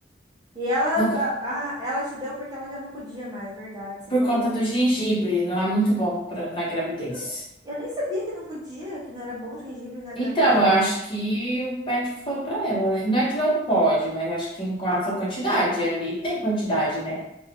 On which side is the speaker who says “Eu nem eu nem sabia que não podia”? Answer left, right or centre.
Right